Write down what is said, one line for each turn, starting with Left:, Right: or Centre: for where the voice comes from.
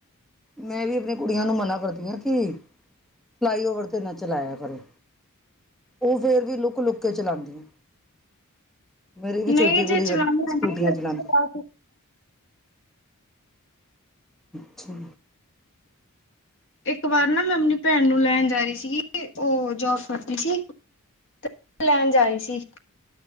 Centre: ਮੈਂ ਵੀ ਆਪਣੀ ਕੁੜੀਆਂ ਨੂੰ ਮਨਾ ਕਰਦੀ ਆ ਕਿ ਫਲਾਈਓਵਰ ਤੇ ਨਾ ਚਲਾਇਆ ਕਰੋ ਓ ਫੇਰ ਵੀ ਲੁੱਕ ਲੁੱਕ ਕੇ ਚਲਾਂਦੀਆਂ। ਮੇਰੀ ਵੀ
Left: ਨਹੀਂ
Centre: ਛੋਟੀ ਕੁੜੀ
Left: ਜੇ ਚਲਾਉਣੀ
Centre: ਸਕੂਟੀਆਂ
Left: ਆਉਂਦੀ
Centre: ਚਲਾਂਦੀ ਅੱਛਾ।
Left: ਇੱਕ ਵਾਰ ਨਾ ਮੈਂ ਆਪਣੀ ਭੈਣ ਨੂੰ ਲੈਣ ਜਾ ਰੀ ਸੀਗੀ ਓ ਜੋਬ ਕਰਦੀ ਸੀ। ਤੇ ਮੈਂ ਲੈਣ ਜਾ ਰੀ ਸੀ।